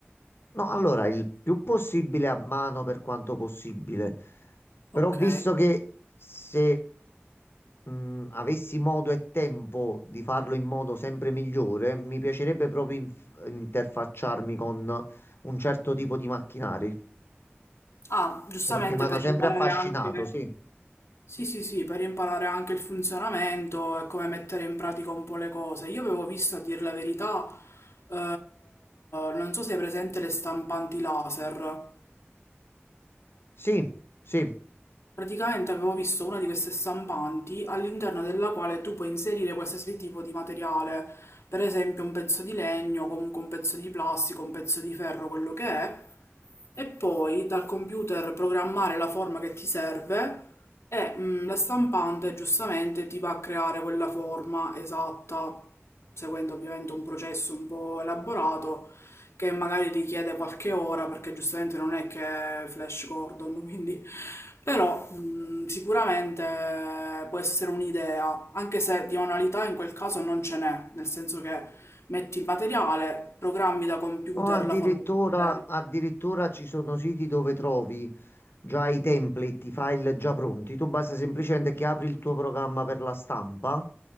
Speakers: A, on the left (about 55°); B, on the left (about 75°).
A: No, allora il più possibile a mano per quanto possibile, però
B: Ok.
A: visto che se mh, avessi modo e tempo di farlo in modo sempre migliore, mi piacerebbe proprio inf- interfacciarmi con un certo tipo di macchinari.
B: Ah, giustamente
A: Perché mi hanno
B: per
A: sempre
B: imparare
A: affascinato,
B: anche...
A: sì.
B: Sì, sì, sì, per imparare anche il funzionamento e come mettere in pratica un po' le cose. Io avevo visto, a dir la verità, eh, non so se è presente le stampanti laser.
A: Sì, sì.
B: Praticamente avevo visto una di queste stampanti all'interno della quale tu puoi inserire qualsiasi tipo di materiale, per esempio un pezzo di legno, comunque un pezzo di plastica, un pezzo di ferro, quello che è, e poi dal computer programmare la forma che ti serve e mm, la stampante giustamente ti va a creare quella forma esatta, seguendo ovviamente un processo un po' elaborato che magari richiede qualche ora perché giustamente non è che è Flash Gordon, <laughs> quindi però mh, sicuramente può essere un'idea, anche se di manualità in quel caso non ce n'è, nel senso che metti il materiale, programmi da computer
A: O addirittura,
B: la forma che ti serve.
A: addirittura ci sono siti dove trovi già i template,
B: Mm,
A: i file già pronti. Tu basta semplicemente che apri il tuo programma per la stampa,